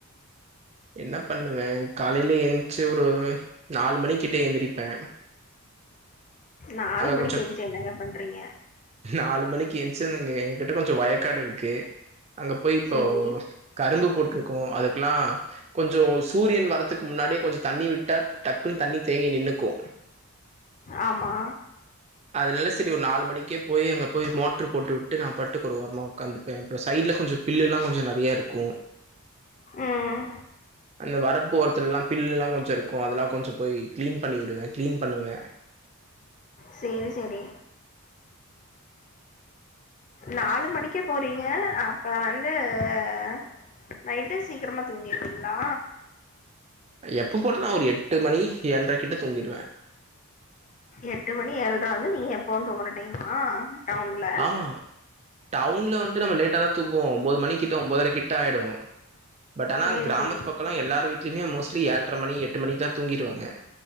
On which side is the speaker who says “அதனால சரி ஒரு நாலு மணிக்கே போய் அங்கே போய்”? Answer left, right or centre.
Right